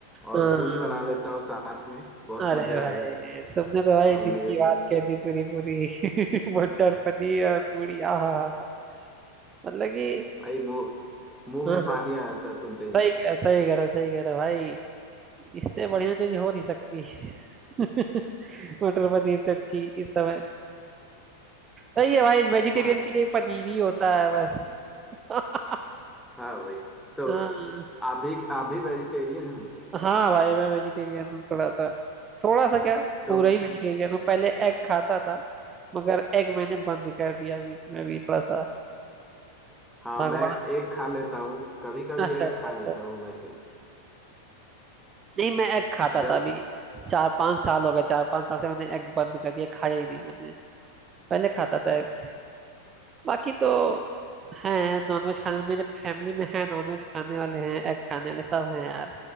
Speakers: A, in the centre; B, on the right (about 25°).
A: और
B: हाँ
A: पूड़ी बना लेता हूँ साथ में बहुत
B: अरे
A: मजा
B: भाई
A: आएगा
B: तुमने तो भाई
A: और
B: दिल
A: मेरे
B: की बात
A: फिर
B: कह दी पूरी पूरी <laughs> मटर पनीर और पूरी आहा हा, हा। मतलब कि
A: भाई वो मुंह
B: हाँ
A: में
B: हाँ
A: पानी आ जाता है सुनते ही
B: सही
A: ना
B: कह सही कह रहा सही कह रहा भाई इससे बढ़िया चीज हो नहीं सकती <laughs> मटर पनीर से अच्छी इस समय सही है भाई वेजिटेरियन
A: हाँ
B: के लिए पनीर ही होता है बस <laughs>
A: हाँ भाई तो
B: हाँ
A: आप भी आप भी वेजिटेरियन हो क्या
B: हाँ भाई मैं वेजिटेरियन हूँ थोड़ा सा थोड़ा सा
A: हाँ
B: क्या
A: तो
B: पूरा ही वेजिटेरियन हूँ पहले एग खाता था मगर एग मैंने बंद कर दिया बीच में अभी थोड़ा सा
A: हाँ
B: भगवान
A: मैं एक खा लेता हूँ कभी कभी
B: अच्छा
A: एक
B: अच्छा
A: खा
B: अच्छा
A: लेता हूँ वैसे
B: नहीं मैं एग खाता
A: जब
B: था अभी चार पांच साल हो गए चार पांच साल से मैंने एग बंद कर दिया खाया ही नहीं मैंने पहले खाता था एग बाकी तो हैं नॉनवेज खाने मेरे फैमिली में है नॉनवेज खाने वाले हैं एग खाने वाले सब हैं यार